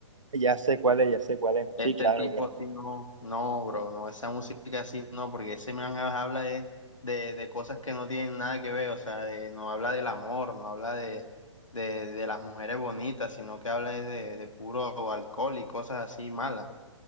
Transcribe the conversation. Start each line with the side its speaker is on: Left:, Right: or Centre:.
Right: Ya sé cuál es, ya sé cuál es.
Left: Este
Right: Sí, claro,
Left: tipo
Right: claro.
Left: sí no, no, bro, no, esa música sí no, porque ese man habla de, de, de cosas que no tienen nada que ver, o sea, de, no habla del amor, no habla de, de, de las mujeres bonitas, sino que habla es de, de puro alcohol y cosas así malas.